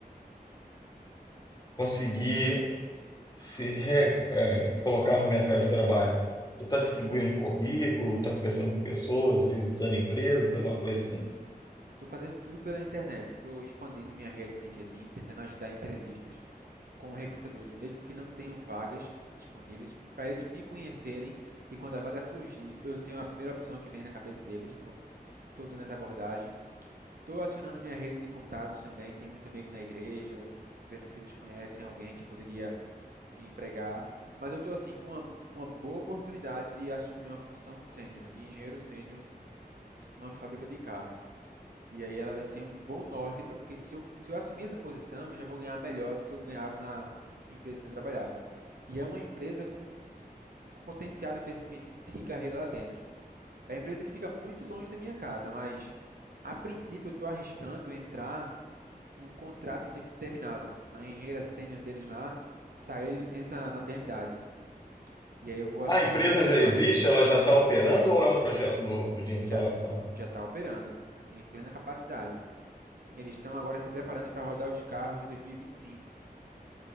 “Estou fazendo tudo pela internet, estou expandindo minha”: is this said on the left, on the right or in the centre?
Right